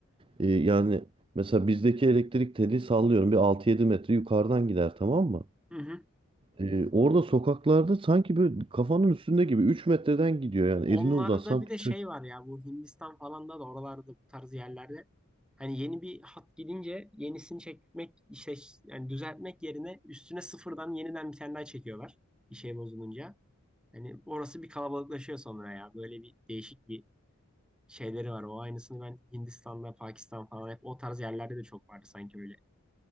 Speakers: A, on the right; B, in the centre.
A: E, yani mesela bizdeki elektrik teli sallıyorum bir altı yedi metre yukarıdan gider tamam mı?
B: Hı hı.
A: E, orada sokaklarda sanki böyle kafanın üstünde gibi 3 metreden gidiyor yani
B: Onlarda
A: elini uzatsan
B: bir
A: tutacaksın.
B: de şey var ya bu Hindistan falan da da oralarda bu tarz yerlerde hani yeni bir hat gidince yenisini çekmek işte yani düzeltmek yerine üstüne sıfırdan yeniden bir tane daha çekiyorlar bir şey bozulunca. Hani orası bir kalabalıklaşıyor sonra ya böyle bir değişik bir şeyleri var. O aynısını ben Hindistan'da, Pakistan falan hep o tarz yerlerde de çok vardı sanki öyle